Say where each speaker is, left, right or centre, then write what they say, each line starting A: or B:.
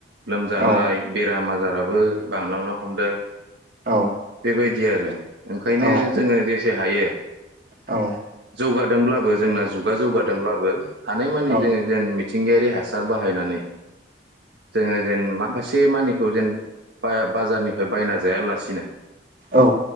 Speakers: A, on the right (about 80°); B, on the right (about 50°).
A: लोमजानाय
B: औ
A: बेराम आज जाराबो बांलांनो हमदों
B: औ
A: बायदि आरो। ओंखायनो
B: औ
A: जोङो जे से हायो।
B: औ
A: जौगादोंब्लाबो जोंना जुगा जौगादोंब्लाबो हानाय मानि
B: औ
A: जोङो जेन थिंगायारि हासार बाहायनानै। जोङो जेन माखासे से मानिखौ जेन बया बाजारनिफ्राय बायना जायालासिनो
B: औ